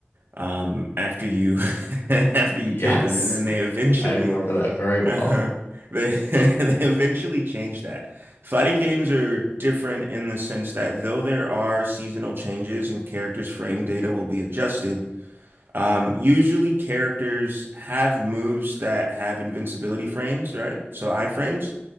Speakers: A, on the right; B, on the left.
A: um, after you <laughs> after you
B: Yes.
A: killed them, and then they eventually
B: I remember that very well.
A: uh,
B: <laughs>
A: they <laughs> they eventually changed that. Fighting games are different in the sense that though there are seasonal changes and characters' frame data will be adjusted, um, usually characters have moves that have invincibility frames, right? So iframes.